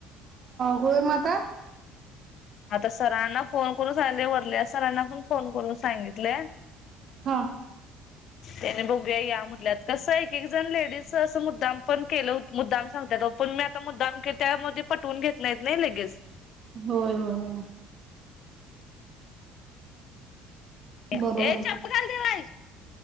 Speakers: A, on the right; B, on the left.
A: गोय माता- <inaudible>
B: आता सरांना फोन करून सांगितलंय वरल्या सरांना पण फोन करून सांगितले. <inaudible>
A: हा <inaudible>
B: त्याने बघूया या म्हटल्यात कसं एक एक जण लेडीज असं मुद्दाम पण केलं मुद्दाम सांगतात ओ पण मी आता मुद्दाम त्यामुळं पटवून घेत नाहीत नाही लगेच,
A: होय-होय.
B: ये
A: बरोबर आहे
B: चप्पल घाल ते देवराज.